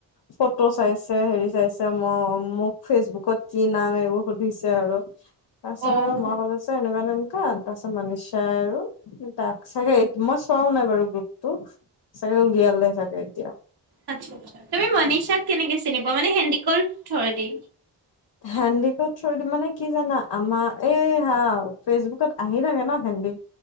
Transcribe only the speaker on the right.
অ'
আচ্ছা আচ্ছা তুমি মনিচাক কেনেকে চিনি পোৱা মানে হেডিকল থ্ৰদি